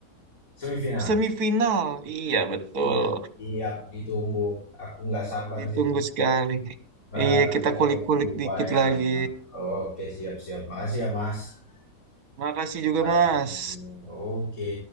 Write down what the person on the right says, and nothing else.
semifinal. Iya, betul.
Ditunggu
sekali.
Iya, kita
kulik-kulik
dikit
lagi.
Makasih juga,
Mas.